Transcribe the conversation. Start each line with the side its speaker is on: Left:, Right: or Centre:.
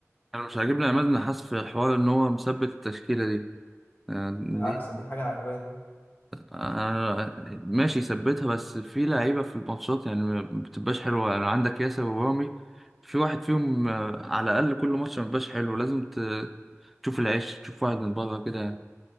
Centre: انا مش عاجبني عماد النحاس في حوار ان هو مثبت التشكيله دي يعني
Left: بالعكس دي حاجه عجباني
Centre: أنا ماشي ثبتها بس في لعيبة في الماتشات يعني ما بتبقاش حلوة يعني عندك ياسر ورامي في واحد فيهم آه، على الأقل كل ماتش ما بيبقاش حلو لازم ت- تشوف العيش تشوف واحد من بره كده يعني